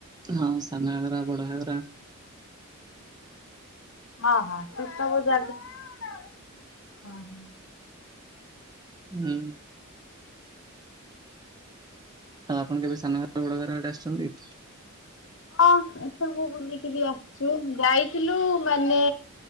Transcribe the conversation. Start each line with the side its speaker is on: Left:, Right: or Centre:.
Right: ହଁ ସାନ ଘାଘରା ବଡ ଘାଘରା।
Left: ହୁଁ ହଁ ହଁ ସସ୍ତା ବ ଜାଗା ହଁ ହଁ।
Right: ହୁଁ। ଆଉ ଆପଣ କେବେ ସାନ ଘାଘରା ବଡ ଘାଘରା ଆଡେ ଆସିଛନ୍ତି?
Left: ହଁ ଏସବୁ ବୁଲିକିରି ଆସିଛୁ ଯାଇଥିଲୁ ମାନେ।